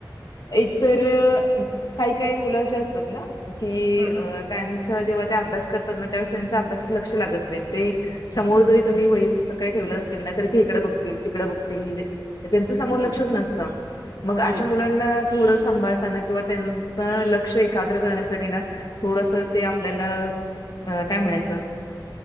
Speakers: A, on the left; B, on the right.
A: एक तर काही काही मुलं अशी असतात ना. कि
B: हम्म
A: अ त्यांच जेव्हा ते अभ्यास करतात ना तेव्हा त्यांच अभ्यासात लक्ष लागत नाही. ते समोर जरी तुम्ही वही पुस्तक काही ठेवलं असेल, ना तरी ते इिकडं बघतील तिकडं बघतील. त्यांच समोर लक्षच
B: हम्म
A: नसत मग अशा
B: हम्म
A: मुलां, थोड सांभताना किवा त्यांच लक्षएकघरेत करण्या थोडस आपल्या काय म्हणा च